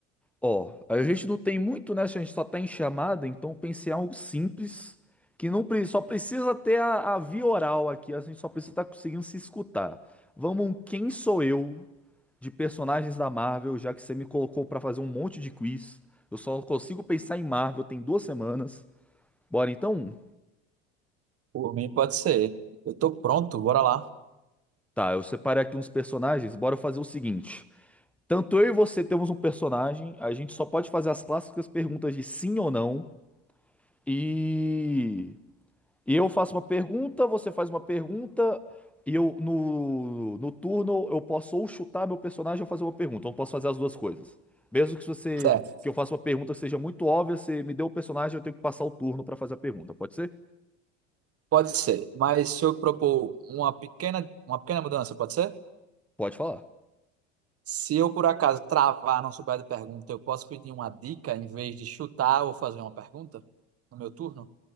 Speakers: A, in the centre; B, on the right.
A: Ó, a gente não tem muito, né? A gente só tá em chamada, então eu pensei em algo simples, que não pre- só precisa ter a, a via oral aqui, a gente só precisa estar conseguindo se escutar. Vamos, um quem sou eu de personagens da Marvel, já que você me colocou pra fazer um monte de quiz. Eu só consigo pensar em Marvel tem duas semanas. Bora então?
B: Por mim, pode ser. Eu tô pronto, bora lá.
A: Tá, eu separei aqui uns personagens. Bora fazer o seguinte. Tanto eu e você temos um personagem, a gente só pode fazer as clássicas perguntas de sim ou não. E, e eu faço uma pergunta, você faz uma pergunta, e eu no, no turno eu posso ou chutar meu personagem ou fazer uma pergunta. Eu não posso fazer as duas coisas. Mesmo que você
B: Certo,
A: que eu faça uma pergunta que seja muito óbvia, você me deu o personagem, eu tenho que passar o turno pra fazer a pergunta. Pode ser?
B: pode ser. Mas se eu propor uma pequena, uma pequena mudança, pode ser?
A: Pode falar.
B: Se eu por acaso travar, não souber de pergunta, eu posso pedir uma dica em vez de chutar ou fazer uma pergunta no meu turno?